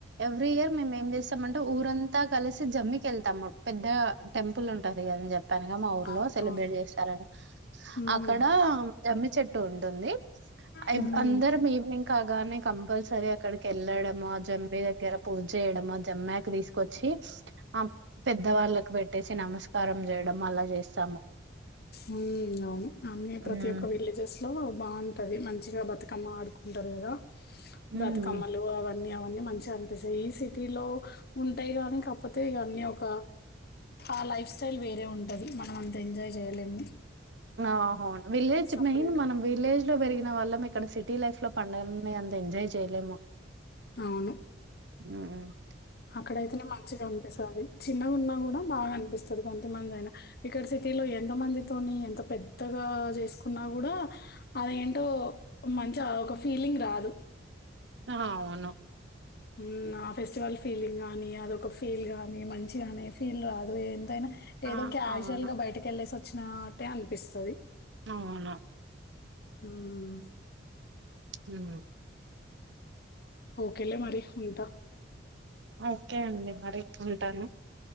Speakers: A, on the right; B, on the left.
A: ఎవ్రీ ఇయర్ మేమ్ ఏం జేస్తామంటే ఊరంతా కలిసి జమ్మికెళ్తాం పెద్ద గా టెంపుల్ ఉంటది కదా అన్ జం తంగా మా ఊర్లో
B: అ
A: సెలబ్రేట్
B: అవును.
A: జేస్తారని,
B: హ్మ్.
A: అక్కడ జమ్మి చెట్ టు ఉంటుంది, ఐవ్
B: హ్మ్.
A: అందరం ఈవినింగ్ కాగ్ గానే కంపల్సరీ అక్కడకెళ్ళడము, ఆ జమ్మి దగ్గర పూజ్ జేయడము, ఆ జమ్మాక్ తీస్గొచ్చి ఆ పెద్ద వాళ్ళలక్ పెట్టేసి నమస్కారం జేయడం అలా చేస్తాము.
B: ఉమ్ అవును అన్ని ప్రతి
A: హ్మ్.
B: వొక్క విలేజెస్ లో బావుంటది మంచిగా బతుకమ్మ ఆడుకుంటరు గదా,
A: హ్మ్.
B: బతుకమాలు అవన్ న్నీ అవన్నీ మంచిగనిపిస్తయ్, ఈ సిటీలో ఉంటాయ్ గానీ కాక్పోతే ఇగా అన్నీ ఒక ఆ లైఫ్ స్టైల్ వేరే ఉంటది, మనం అంతా ఎంజాయ్ జేయలేము.
A: ఆహా అవును, విలేజ్
B: సపరేట్
A: మెయిన్ మనం విలేజ్లో పెరిగి న వళ్లమ్ ఇక్కడ సిటీ లైఫ్లో పండగల్ని అంత ఎంజాయ్ జేయలేము.
B: ఔను
A: ఉమ్
B: అక్కడయ్తేనే మంచిగా అనిపిస్తది అండి, చిన్నగున్నా గుడ బాగానిపిస్తది కొంతమంది అయినా, ఇక్కడ సిటీ టిలో ఎంత మందితోని ఎంత పెద్దగా జేస్కున్నా గూడా అదేంటో మంచిగా ఒక ఫీలింగ్ రాదు.
A: అహ అవును
B: ఉమ్ ఆ ఫెస్టివల్ ఫీలింగ్ కాగానీ అదొక ఫీల్ గానీ మంచిగానీ ఫీల్ రాదు, ఇగ ఎంతైనా ఏదో
A: ఆ!
B: క్యాజువల్
A: అవును.
B: గా బయటికి వెళ్ళేసి వచ్చినట్టే అనిపిస్తది.
A: అవును.
B: హ్మ్
A: హ్మ్
B: ఓకేలే మరి ఉంటా
A: ఓకే అండి మరి ఉంటాను